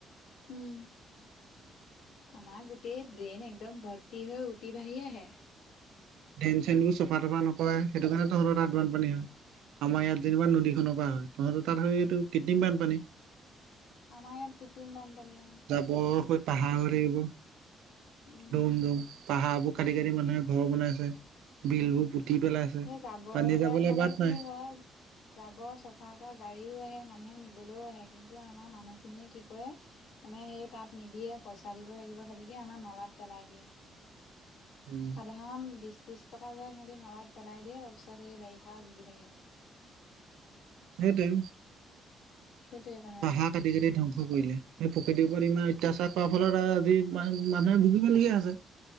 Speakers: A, on the left; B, on the right.
A: উম, আমাৰ গোটেই ড্ৰেইন, একদম ভৰ্তি হৈ উঠি বাঢ়ি আহে।
B: ড্ৰেইন চেন বোৰ চফা তফা নকৰে সেইটো কাৰণে তহতৰ তাত বান পানী হয়। আমাৰ ইয়াত যেনিবা নদীখনৰ পৰা হয়, তহঁত তাত স এইটো কৃত্ৰিম বানপানী।
A: আমাৰ ইয়াত কৃত্ৰিম বানপানী অ,
B: বৰফ হয়, পাহাৰ হৈ থাকিব।
A: উম
B: দম, দন পাহাৰ বোৰ কাটি কাটি মানুহে ঘৰ বনাইছে বিল বোৰ পুতি পেলাইছে।
A: সেই জাবৰ
B: পানী
A: বিলাক
B: যাবলৈ
A: মানে
B: বাট নাই
A: কি হয়। জাবৰ চফা কৰা গাড়ীও আহে মানুহে নিবলৈও আহে। কিন্তু আমাৰ মানুহ খিনিয়ে কি কৰে, মানে সেই তাত নিদিয়ে পইচা দিব লাগিব, হেণেকে আমাৰ নলাত পেলাই দিয়ে।
B: উম,
A: সাধাৰণ বিশ ত্ৰিশ টকা লৈ, সিহঁতি নলাত পেলাই দিয়ে, তাৰ পিছত এই বাৰিষা ভুগি থাকে।
B: সেইটোয়ে।
A: সেইটোৱেই বা
B: পাহাৰ কাটি-কাটি ধং ধ্বংস কৰিলে। সেই প্ৰকৃতিৰ ওপৰত ইমান অত্যাচাৰ কৰাৰ ফলত আহ আজি মানুহে ভুগিবলগীয়া হৈছে।